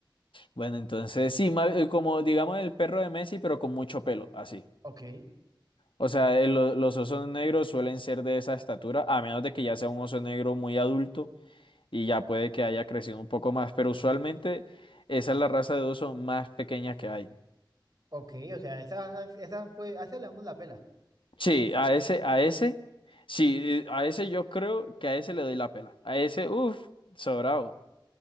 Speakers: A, on the left; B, on the right.
A: Bueno, entonces, sí, ma- eh, como, digamos, el perro de Messi, pero con mucho pelo, así.
B: Ok,
A: O sea, eh, lo- los osos negros suelen ser de esa estatura, a menos de que ya sea un oso negro muy adulto y ya puede que haya crecido un poco más, pero usualmente esa es la raza de oso más pequeña que hay.
B: ok, o sea, esa, esa fue, a esa le damos la pela.
A: Sí, a ese, a ese, sí, eh, a ese yo creo que a ese le doy la pela. A ese, uff, sobrado.